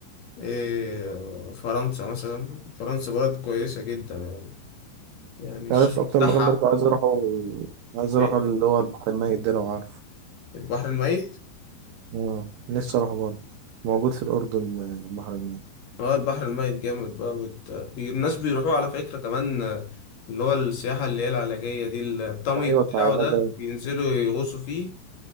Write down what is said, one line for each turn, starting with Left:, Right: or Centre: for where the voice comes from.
Left: إيه، فرنسا مثلا فرنسا بلد كويسة جدا يعني يعني الشعب
Right: عارف اكتر
Left: بتاعها
Right: مكان برضه عايز اروحه عايز اروحه
Left: إيه
Right: اللي هو البحر الميت ده لو عارف
Left: البحر الميت
Right: اه لسه اروحه برضه موجود في الاردن آه، البحر الميت
Left: اه البحر الميت جامد بقى بت... بي... الناس بيروحوا على فكرة كمان آه، اللي هو السياحة اللي هي العلاجية دي الطمي
Right: ايوه
Left: بتاعه
Right: كعيله
Left: ده
Right: جاي
Left: بينزلوا يغوصوا فيه